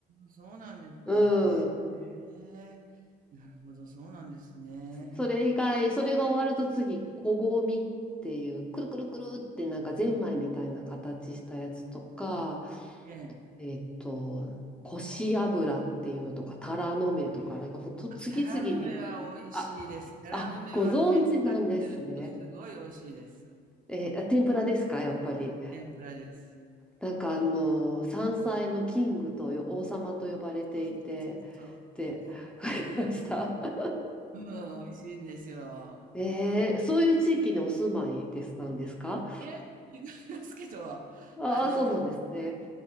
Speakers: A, on the right; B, in the centre.
A: そうなんですか。
B: う
A: へ
B: ん。
A: え。なるほど、そうなんですね。
B: それ以外、それが終わると次、こごみっていう、くるくるくるってなんかゼンマイみたいな形したやつとか、
A: ええ。
B: えっと、こし油っていうのとか、タラの芽とか、なんかもうと次々に、
A: タラの芽は美味しいです。
B: あ、
A: タラの芽は天ぷ
B: あ、ご存知なんですね。
A: らにするとすごい美味しいです。
B: えー天ぷらですか、やっぱり。
A: 天ぷらです。
B: なんかあの山菜のキングとよ王様と呼ばれていてって書きました。
A: そうそうそうそう。そ
B: <laughs>
A: う。うん、美味しいんですよ。
B: えー、そういう地域にお住まいですなんですか
A: いえ、違いますけど、
B: ああー、
A: あの、
B: そうなんですね。